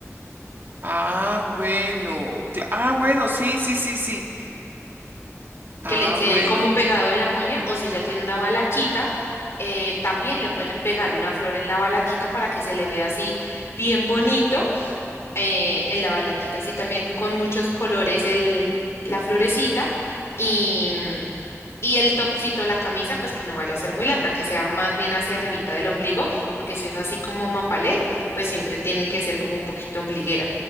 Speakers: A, on the right; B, on the left.
A: Ah, bueno, cla- ah, bueno, sí, sí, sí, sí. Ah,
B: que le quede
A: bueno.
B: como pegado en la moña, o si ya tiene una balaquita, eh, también le pueden pegar una flor en la balaquita para que se le vea así bien bonito eh, en la balaquita, así también con muchos colores el, la florecita y, y el topcito, la camisa, pues que no vaya a ser muy larga, que sea más bien hacia arribita del ombligo, porque si es así como mapalé, pues siempre tienen que ser como un poquito ombliguera.